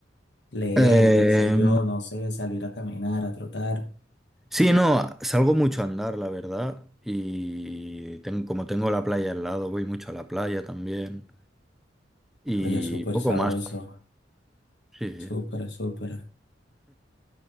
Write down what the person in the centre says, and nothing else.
Eh,
sí, no, salgo mucho a andar, la verdad. Y ten- como tengo la playa al lado, voy mucho a la playa también. Y
poco
más. Sí, sí.